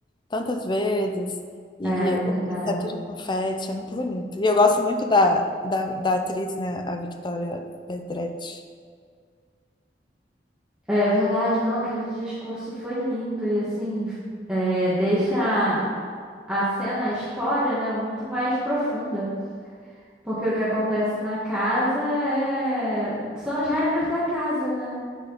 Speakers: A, on the left (about 25°); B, in the centre.
A: tantas vezes. E,
B: É
A: e
B: verdade.
A: é tudo confete. É muito bonito. E eu gosto muito da, da, da atriz, né? A Victoria Pedretti.
B: É verdade, não. Aquele discurso foi lindo. E assim, é, deixa a a cena, a história, né, muito mais profunda. Porque o que acontece na casa é... são as regras da casa, né?